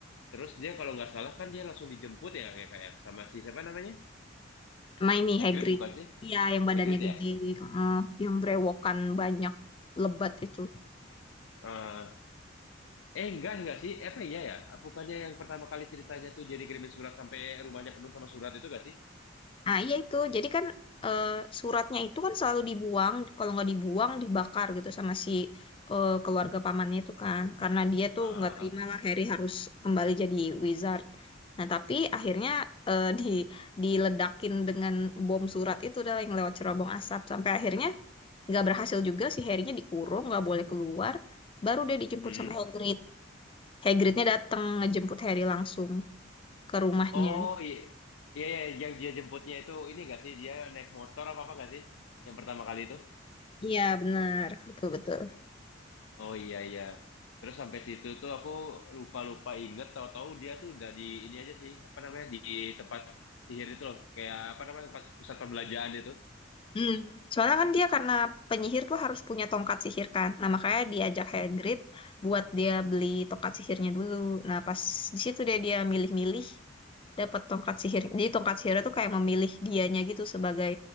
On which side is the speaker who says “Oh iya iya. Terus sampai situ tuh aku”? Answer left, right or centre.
Left